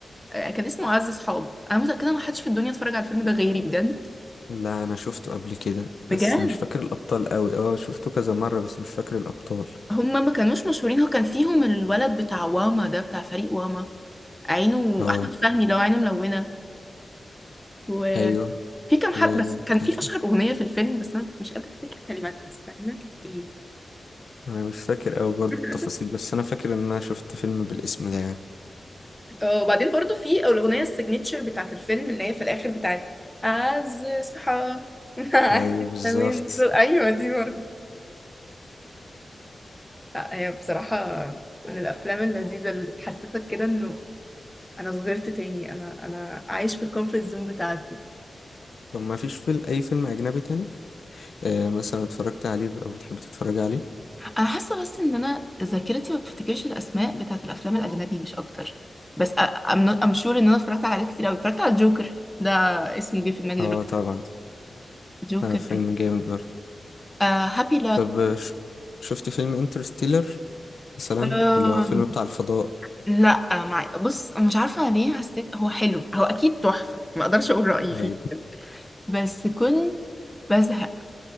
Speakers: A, in the centre; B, on the left.
A: آه، كان اسمه عز صحاب انا متاكده ما حدش في الدنيا اتفرج على الفيلم ده غيري بجد
B: لا انا شفته قبل كده
A: بجد
B: بس مش فاكر الابطال قوي اه شفته كذا مرة بس مش فاكر الابطال
A: هم ما كانوش مشهورين هو كان فيهم الولد بتاع واما ده بتاع فريق واما عينه
B: اه
A: احمد فهمي لو عينه ملونه وفي
B: ايوه
A: كام
B: وكان
A: حد بس كان في
B: في
A: اشهر اغنيه في الفيلم بس انا مش قادره افتكر كلماتها استنى كانت ايه
B: انا مش فاكر قوي برضه
A: <laughs>
B: التفاصيل بس انا فاكر ان انا شفت فيلم بالاسم ده يعني
A: آه، وبعدين برضو في الأغنية السيجنتشر بتاعت الفيلم اللي هي في الآخر بتاعت أعز صحاب معاك
B: ايوه بالظبط
A: من دول- <laughs> أيوة دي برضو لا هي بصراحة من الأفلام اللذيذة اللي تحسسك كده إنه أنا صغرت تاني أنا أنا عايش في الكومفورت زون بتاعتي
B: طب ما فيش فيلم اي فيلم اجنبي تاني آه مثلا اتفرجت عليه او بتحب تتفرج عليه
A: انا حاسه بس ان انا ذاكرتي ما بتفتكرش الاسماء بتاعه الافلام الاجنبي مش اكتر بس ام ام شور ان انا اتفرجت على حاجات كتير قوي اتفرجت على الجوكر ده اسمه جه في دماغي
B: اه
A: دلوقتي
B: طبعا
A: جوكر
B: آه فيلم جامد برضه
A: آه هابي
B: طب آه، ش- شفت فيلم انترستيلر مثلا
A: لايف
B: اللي هو فيلم بتاع الفضاء
A: لا مع... بص مش عارفة ليه حسيت هو حلو هو أكيد تحفة ما أقدرش أقول رأيي
B: ايوه
A: فيه بس كنت بزهق